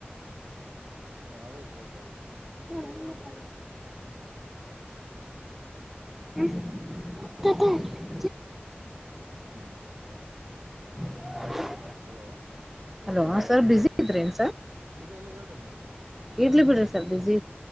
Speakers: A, on the right; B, in the centre.
A: ಅವಟ ಇದು
B: ಹ ಮಟ್ಟ
A: ಹಾ
B: ಹ್ಮ ಕ
A: <inaudible>
B: ಹ
A: ಹಲೋ
B: ಹಲೋ ಬ್ಯುಸಿ ಇದ್ರೇನ್
A: ಹ ಇಲ್ಲ ಇಲ್ಲ ಹೇಳೇ್ರಿ ಮೇಡಮ್
B: ಇಡ್ಲಿ ಬಿಡಿಿ ಸರ್ ಬಿಸಿ